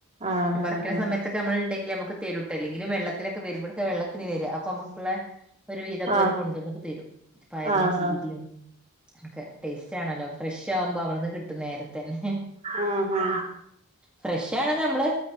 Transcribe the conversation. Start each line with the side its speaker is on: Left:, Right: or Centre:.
Right: ആഹ്
Centre: പി
Right: ആഹ്
Centre: പറിക്കുന്ന
Right: ആഹ്
Centre: സമയത്തക്കെ നമ്മള ഉണ്ടെങ്കിൽ നമുക്ക് തെരുട്ടോ ല്ലെങ്കിലും വെള്ളത്തിനൊക്കെ വരൂ വരുമ്പോഴ വെള്ളത്തിന് വരി അപ്പൊ നമ്മുക്കുള്ള ഒരു വീതൊക്കെ
Right: ആഹ്
Centre: ഒരു കൊണ്ടന്നൊക്കെ തരും പയറും
Right: ആഹ്
Centre: ചീരയും
Right: ആഹ്
Centre: ഒക്കെ ടേസ്റ്റണല്ലോ ഫ്രഷ ആകുമ്പോ അവിടുന്ന് കിട്ടും നേര തന്നെ
Right: ആഹഹ
Centre: ഫ്രഷ ആണ് നമ്മള്